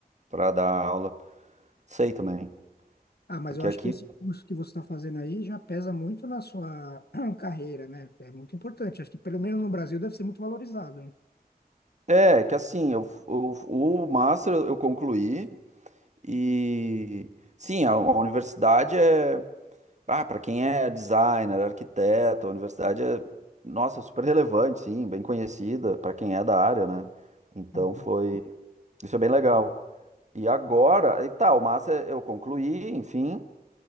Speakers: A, on the right; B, on the left.
A: para dar aula. Sei também.
B: Ah, mas
A: Porque
B: eu acho
A: aqui.
B: que esse curso que você está fazendo aí já pesa muito na sua <clears throat> carreira, né? É muito importante. Acho que pelo menos no Brasil deve ser muito valorizado. né?
A: É, que assim, eu, o o master eu concluí. E sim, a, a universidade é, ah, para quem é designer, arquiteto, a universidade é, nossa, super relevante, sim, bem conhecida para quem é da área, né? Então
B: Uhum.
A: foi, isso é bem legal. E agora, e tá, o massa é- eu concluí, enfim,